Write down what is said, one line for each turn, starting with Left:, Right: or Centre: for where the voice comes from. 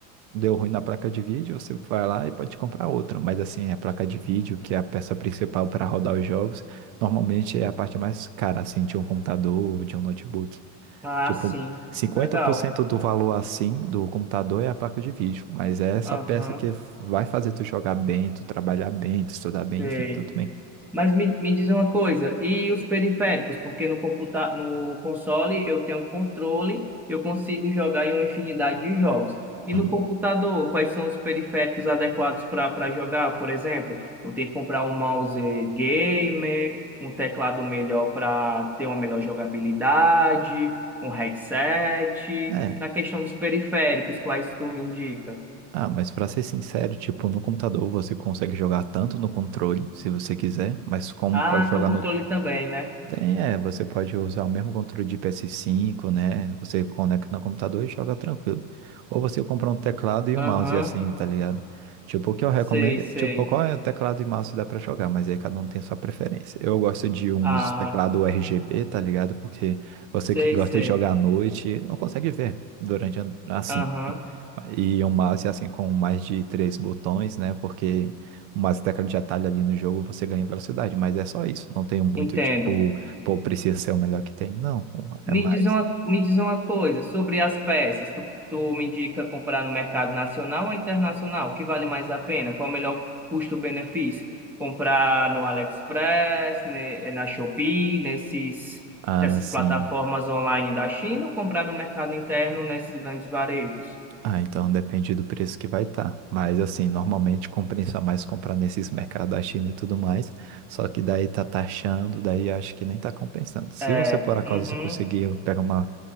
Right: deu ruim na placa de vídeo, você vai lá e pode comprar outra. Mas assim, a placa de vídeo, que é a peça principal para rodar os jogos, normalmente é a parte mais cara, assim, de um computador ou de um notebook.
Centre: Ah,
Right: Tipo,
Centre: sim.
Right: cinquenta
Centre: Legal.
Right: por cento do valor assim do computador é a placa de vídeo. Mas é essa
Centre: Aham,
Right: peça que vai fazer tu jogar bem, tu trabalhar bem, tu estudar bem,
Centre: sei.
Right: enfim, tudo bem.
Centre: Mas me, me diz uma coisa, e os periféricos? Porque no computa no console eu tenho controle, eu consigo jogar em uma infinidade de jogos. E
Right: Uhum.
Centre: no computador, quais são os periféricos adequados para para jogar? Por exemplo, eu tenho que comprar um mouse gamer, um teclado melhor para ter uma melhor jogabilidade, um headset.
Right: É,
Centre: Na questão dos periféricos, quais tu me indica?
Right: Ah, mas pra ser sincero, tipo, no computador você consegue jogar tanto no controle, se você quiser, mas como
Centre: Ah,
Right: pode jogar
Centre: tem o controle
Right: no
Centre: também, né?
Right: tem, é, você pode usar o mesmo controle de ps cinco né? Você conecta no computador e joga tranquilo. Ou você compra um teclado e
Centre: Aham,
Right: um mouse assim, tá ligado? Tipo, o que eu recomendo,
Centre: sei,
Right: é-
Centre: sei.
Right: tipo, qual é o teclado e mouse que dá pra jogar, mas aí cada um tem sua preferência. Eu gosto de uns
Centre: Ah,
Right: teclado RGB, tá ligado? Porque você
Centre: Sei,
Right: que gosta
Centre: sei.
Right: de jogar à noite não consegue ver durante a- assim.
Centre: Aham,
Right: E um mouse assim com mais de três botões, né? Porque o mouse e teclado de atalho ali no jogo você ganha velocidade, mas é só isso. Não tem muito
Centre: entendo.
Right: tipo Pô, precisa ser o melhor que tem? Não, pô, é
Centre: Me
Right: mais.
Centre: diz uma, me diz uma coisa sobre as peças. Tu, tu me indica comprar no mercado nacional ou internacional? O que vale mais a pena? Qual é o melhor custo-benefício? Comprar no AliExpress, ne- na Shopee, nesses,
Right: Ah,
Centre: nessas
Right: sim.
Centre: plataformas online da China ou comprar no mercado interno nesses grandes varejos?
Right: Ah, então depende do preço que vai estar. Mas assim, normalmente compensa mais comprar nesses mercados da China e tudo mais. Só que daí tá taxando, daí acho que nem tá compensando. Se
Centre: É,
Right: você por acaso
Centre: uhum,
Right: conseguir pegar uma,